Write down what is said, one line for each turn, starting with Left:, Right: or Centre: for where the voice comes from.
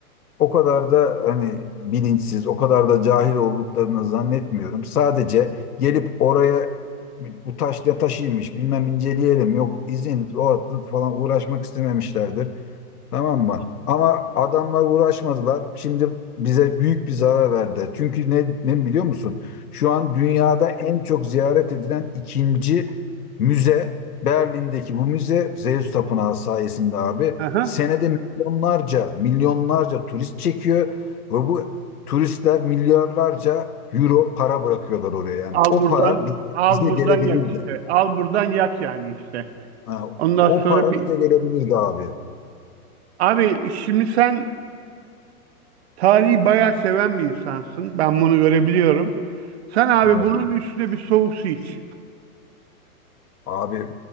Left: o kadar da hani bilinçsiz o kadar da cahil olduklarını zannetmiyorum. Sadece gelip oraya bu taş ne taşıymış bilmem inceleyelim yok izin o falan uğraşmak istememişlerdir. Tamam mı? Ama adamlar uğraşmadılar. Şimdi bize büyük bir zarar verdi. Çünkü ne, ne biliyor musun? Şu an dünyada en çok ziyaret edilen ikinci müze Berlin'deki bu müze Zeus Tapınağı sayesinde abi.
Right: Aha.
Left: Senede milyonlarca, milyonlarca turist çekiyor ve bu turistler milyarlarca euro para bırakıyorlar oraya yani.
Right: Al
Left: O
Right: buradan
Left: para bize,
Right: al
Left: bize
Right: buradan
Left: gelebilirdi.
Right: yak işte. Al buradan yak yani işte.
Left: Ha,
Right: Ondan
Left: o
Right: sonra
Left: para
Right: bir
Left: bize gelebilirdi abi.
Right: abi şimdi sen Tarihi bayağı seven bir insansın. Ben bunu görebiliyorum. Sen abi
Left: Evet.
Right: bunun üstüne bir soğuk su iç.
Left: Abi